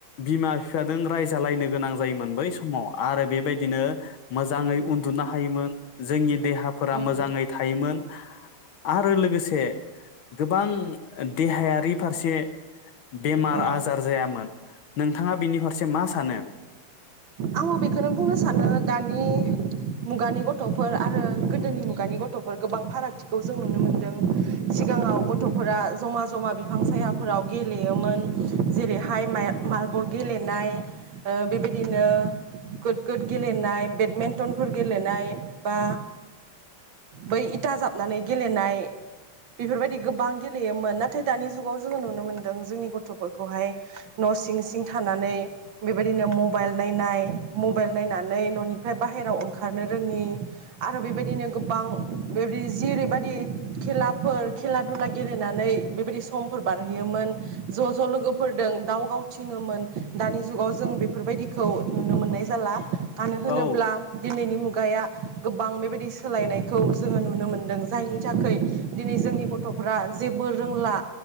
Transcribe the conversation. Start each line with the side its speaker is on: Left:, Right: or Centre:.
Left: बिमा फि बिफाजों रायजालायनो गोनां जायोमोन बै समाव आरो बेबायदिनो मोजाङै उन्दुनो हायोमोन। जोंनि देहाफोरा
Right: उम
Left: मोजाङै थायोमोन। आरो लोगोसे गोबां देहायारि फारसे बेमार
Right: औ
Left: आजार जायामोन। नोंथाङा बिनि फारसे मा सानो।
Right: आंबो बेखौनो बुंनो सानो दानि मुगानि गथ'फोर आरो गोदोनि मुगानि गथ'फोर गोबां फारागथिखौ जों नुनो मोनदों सिगाङाव गथ'फोरा जमा जमा बिफां सायाफोराव गेलेयोमोन जेरैहायाइ माय-मारबल गेलेनाय ओ बेबायदिनो गुद गुद गेलेनाय बेडमेन्टनफोर गेलेनाय बा बै इथा जाबनानै गेलेनाय बेफोरबायदि गोबां गेलेयोमोन नाथाय दानि जुगाव जोङो नुनो मोनदों जोंनि गथ'फोरखौहाय न' सिं सिं थानानै बेबायदिनो मबाइल नायनाय मबाइल नायनानै न'निफ्राय बाहेराव ओंखारनो रोङि आरो बेबायदिनो गोबां बेबायदि जेरैबायदि खेलाफोर खेला दुला गेलेनानै बेबायदि समफोर बारहोयोमोन ज' ज' लोगोफोरदों दाव गावथिङोमोन दानि जुगाव जों बेफोरबायदिखौ नुनो मोननाय जाला। मानो होनोब्ला
Left: औ
Right: दिनैनि मुग गाया गोबां बेबायदि सोलायनायखौ जोङो नुनो मोनदों जायनि थाखाय दिनै जोंनि गथ'फ्रा जेबो रोंला